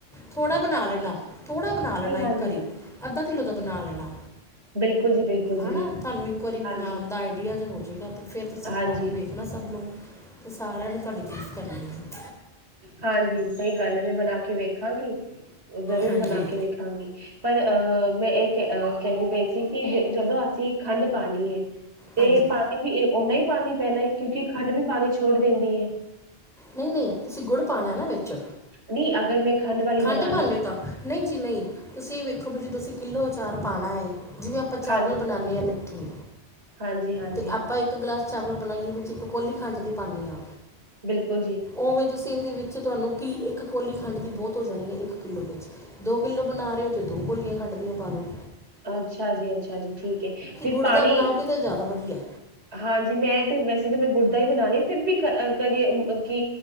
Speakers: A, in the centre; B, on the right.
A: ਥੋੜ੍ਹਾ ਬਨਾ ਲੈਣਾ -ਥੋੜ੍ਹਾ ਬਨਾ ਲੈਣਾ ਇੱਕ
B: ਹਾਂਜੀ
A: ਆਰੀ ਅੱਧਾ ਕਿੱਲੋ ਦਾ ਬਨਾ ਲੈਣਾ।
B: ਬਿਲਕੁਲ ਜੀ ਬਿਲਕੁਲ ਜੀ
A: ਹਨਾ,
B: ਬਿਲਕੁਲ
A: ਤਾਨੂੰ ਇੱਕ ਵਾਰੀ
B: ਹਾਂਜੀ
A: ਬਣਾਨ ਦਾ ਆਈਡੀਆ ਜੇਆ ਹੋ ਜੇਗਾ ਤੇ ਫੇਰ ਤੁਸੀ
B: ਹਾਂਜੀ
A: ਖਵਾ ਕੇ ਵੇਖ ਨਾ ਸਭ ਨੂੰ ਤੇ ਸਾਰਿਆਂ ਨੇ ਤਾਡੀ ਤਰੀਫ ਕਰਨੀ ਐ।
B: ਹਾਂਜੀ, ਸਈ ਗੱਲ ਏ ਮੈਂ ਬਨਾ ਕੇ ਵੇਖਾਂਗੀ ਜ਼ਰੂਰ
A: ਹਾਂਜੀ
B: ਬਨਾ ਕੇ ਵੇਖਾਂਗੀ। ਪਰ ਅ ਮੈਂ ਏ ਕ ਅ ਕੈਂਦੀ ਪਈ ਸੀ ਕਿ ਜ ਜਦੋ ਅਸੀ ਖੰਡ ਪਾਨੀ ਏ ਤੇ
A: ਹਾਂਜੀ
B: ਪਾਨੀ ਵੀ ਓਨਾ ਈ ਪਾਨੀ ਪੈਨਾ ਏ ਕਿਉਂਕਿ ਖੰਡ ਵੀ ਪਾਨੀ ਛੋੜ ਦਿੰਦੀ ਏ
A: ਨਈ -ਨਈ ਤੁਸੀ ਗੁੜ ਪਾਨਾ ਏ ਨਾ ਵਿੱਚ
B: ਨਈ ਅਗਰ ਮੈਂ ਵਾਲੀ
A: ਖੰਡ
B: ਬਣਾਣੀ
A: ਪਾਂਦੇ ਓ ਤਾ ਨਈ ਜੀ ਨਈ ਤੁਸੀ ਵੇਖੋ ਬੀ ਜੇ ਤੁਸੀ ਕਿੱਲੋ ਅਚਾਰ ਪਾਣਾ ਹੋਏ। ਜਿਵੇਂ ਆਪਾਂ ਚਾਵਲ
B: ਹਾਂਜੀ
A: ਬਨਾਨੇ ਆਂ ਮਿੱਠੇ
B: ਹਾਂਜੀ ਹਾਂਜੀ
A: ਤੇ ਆਪਾਂ
B: ਹਾਂਜੀ
A: ਇੱਕ ਗਲਾਸ, ਚਾਵਲ ਬਨਾਈਏ ਵਿੱਚ ਇੱਕ ਕੋਲੀ ਖੰਡ ਦੀ ਪਾਨੇ ਆਂ।
B: ਬਿਲਕੁਲ ਜੀ।
A: ਓਵੇਂ, ਤੁਸੀ ਏਂਦੇ ਵਿੱਚ ਤੁਆਨੂੰ ਕਿ ਇੱਕ ਕੋਲੀ ਖੰਡ ਦੀ ਬੌਤ ਹੋ ਜਾਣੀ ਇੱਕ ਕਿੱਲੋ ਵਿੱਚ ਦੋ ਕਿੱਲੋ ਬਨਾ ਰੇ ਓ ਤੇ ਦੋ ਕੋਲੀਆਂ ਖੰਡ ਦੀਆਂ ਪਾ ਦੋ
B: ਅੱਛਾ ਜੀ -ਅੱਛਾ ਜੀ ਠੀਕ ਐ ਫਿਰ
A: ਗੁੜ
B: ਪਾਨੀ
A: ਦਾ ਬਣਾਓਗੇ ਤਾਂ ਜ਼ਿਆਦਾ ਵਧੀਆ
B: ਹਾਂਜੀ, ਮੈਂ ਤੇ ਵੈਸੇ ਤਾ ਮੈਂ ਗੁੜ ਦਾ ਹੀ ਬਣਾ ਰੀ ਆ ਫਿਰ ਵੀ ਕ ਕਦੇ ਕਿ